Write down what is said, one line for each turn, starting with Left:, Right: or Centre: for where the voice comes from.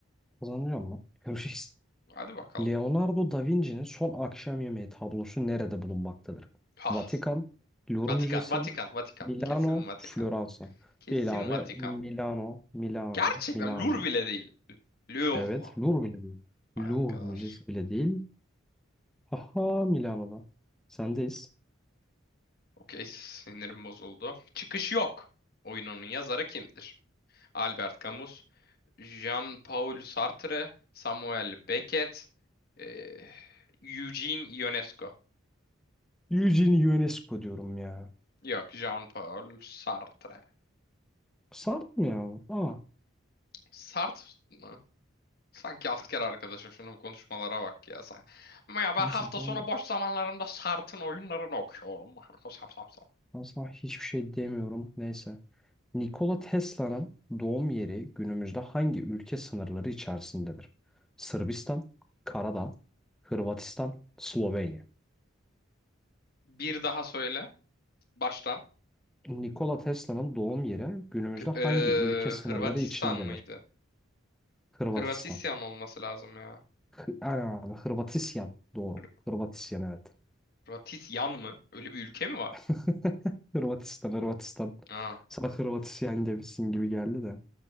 Centre: Kazanacağım mı? <laughs> Görüşürüz.
Left: Hadi bakalım.
Centre: Leonardo da Vinci'nin Son Akşam Yemeği tablosu nerede bulunmaktadır?
Left: Ah.
Centre: Vatikan, Louvre
Left: Vatikan,
Centre: Müzesi,
Left: Vatikan, Vatikan.
Centre: Milano,
Left: Kesin Vatikan.
Centre: Floransa.
Left: Kesin
Centre: Değil abi.
Left: Vatikan.
Centre: Milano, Milano,
Left: Gerçekten
Centre: Milano.
Left: Lur bile değil. Louvre.
Centre: Evet, Louvre bile değil.
Left: Vay
Centre: Louvre
Left: arkadaş.
Centre: Müzesi bile değil. Aha Milano'da. Sendeyiz.
Left: Okey, sinirim bozuldu. Çıkış yok. Oyununun yazarı kimdir? Albert Camus, Jean-Paul Sartre, Samuel Beckett, eh, Eugene Ionesco.
Centre: Eugene UNESCO diyorum ya.
Left: Yok, Jean-Paul Sartre.
Centre: Sarp mı ya? Aa,
Left: Sart mı? Sanki alt kere arkadaşım şunun konuşmalara bak ya sen. Ama ya ben
Centre: neyse
Left: hafta
Centre: ben
Left: sonu boş zamanlarımda Sart'ın oyunlarını okuyorum. Sap, sap, sap.
Centre: Asla hiçbir şey demiyorum. Neyse. Nikola Tesla'nın doğum yeri günümüzde hangi ülke sınırları içerisindedir? Sırbistan, Karadağ, Hırvatistan, Slovenya.
Left: Bir daha söyle baştan.
Centre: Nikola Tesla'nın doğum yeri günümüzde
Left: K-
Centre: hangi
Left: eee,
Centre: ülke sınırları
Left: Hırvatistan
Centre: içindedir?
Left: mıydı?
Centre: Hırvatistan.
Left: Hırvatisyan olması lazım ya.
Centre: Hı- Ana, Hırvatisyan. Doğru.
Left: Hır-
Centre: Hırvatisyan evet.
Left: Hırvatisyan mı? Öyle bir ülke mi var?
Centre: <laughs> Hırvatistan, Hırvatistan.
Left: Aa,
Centre: Sana Hırvatisyan demişsin gibi geldi de.